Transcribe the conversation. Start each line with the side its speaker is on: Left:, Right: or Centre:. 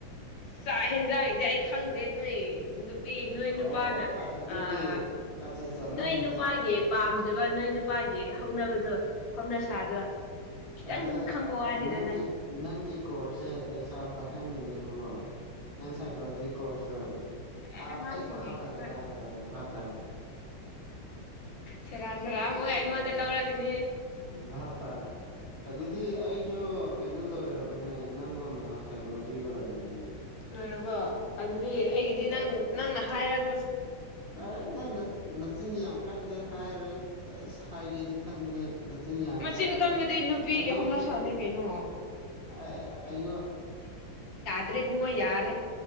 Left: ꯆꯥꯛ ꯍꯦꯟꯖꯥꯡꯒꯤꯗꯤ ꯑꯩ ꯈꯪꯗꯦ ꯅꯣꯏ ꯅꯨꯄꯤ ꯅꯣꯏ
Right: ꯑꯣ
Left: ꯅꯨꯄꯥꯅ
Right: ꯑꯗꯨꯒꯤ
Left: ꯑꯥ
Right: ꯑꯠꯆꯥ ꯑꯠꯆꯥ ꯅꯪꯒꯤꯁꯦ
Left: ꯅꯣꯏ ꯅꯨꯄꯥꯒꯤ ꯄꯥꯝ ꯐꯖꯕ ꯅꯣꯏ ꯅꯨꯄꯥꯒꯤ ꯍꯧꯅꯕꯗꯣ ꯍꯧꯅꯁꯥꯗꯣ ꯈꯤꯇꯪ
Right: ꯑꯗꯨ
Left: ꯈꯪꯕ ꯋꯥꯅꯤꯗ
Right: ꯅꯪꯒꯤ ꯅꯪꯒꯤ ꯀꯣꯔꯁꯦ ꯂꯩꯁꯥ ꯄꯥꯈꯪ ꯅꯪꯒꯤꯅꯦꯕꯀꯣ ꯅꯪ ꯁꯥꯏꯀꯣꯂꯣꯖꯤ ꯀꯣꯔꯁꯂꯣ
Left: ꯑꯦ
Right: ꯑꯥ
Left: ꯑꯉꯥꯡꯁꯤꯡꯁꯦ
Right: ꯑꯩ ꯚꯥꯞ ꯇꯥꯔꯦ
Left: ꯍꯣꯏ
Right: ꯇꯥꯔꯦ ꯇꯥꯔꯦ ꯇꯥꯔꯦ
Left: ꯁꯦꯔꯥꯟ ꯇꯨꯔꯥꯟ ꯑꯃꯨꯛꯀ ꯑꯩꯉꯣꯟꯗ ꯂꯧꯔꯛꯀꯅꯤ
Right: ꯥ ꯕꯥꯞ ꯇꯥꯔꯦ ꯑꯗꯨꯗꯤ ꯑꯩꯁꯨ ꯀꯩꯅꯣ ꯂꯣꯏꯔꯕꯅꯦ ꯅꯪꯒꯨꯝꯅ ꯁꯥꯏꯀꯣꯂꯣꯖꯤ ꯂꯣꯏꯔꯕꯅꯦ
Left: ꯂꯣꯏꯔꯕꯣ ꯑꯗꯨꯗꯤ ꯑꯩꯒꯤꯗꯤ ꯅꯪ ꯅꯪꯅ ꯍꯥꯏꯔꯛ
Right: ꯑꯥ ꯅꯪꯅ ꯅꯆꯤꯟ ꯌꯥꯝ ꯀꯜꯂꯦ ꯍꯥꯏꯔ ꯑꯁ ꯍꯥꯏꯒꯦꯗꯤ ꯈꯟꯕꯅꯦ ꯅꯆꯤꯟ ꯌꯥꯝ
Left: ꯃꯆꯤꯟ
Right: ꯀꯜꯂꯦ
Left: ꯀꯟꯕꯗꯤ ꯅꯨꯄꯤꯒꯤ
Right: ꯑꯩꯉꯣꯟꯗꯒ
Left: ꯍꯧꯅꯁꯥꯅꯤ ꯀꯩꯅꯣ
Right: ꯑꯥ ꯑꯩꯉꯣꯟ
Left: ꯑꯗꯨꯗꯤ ꯏꯕꯨꯡꯉꯣ ꯌꯥꯔꯦ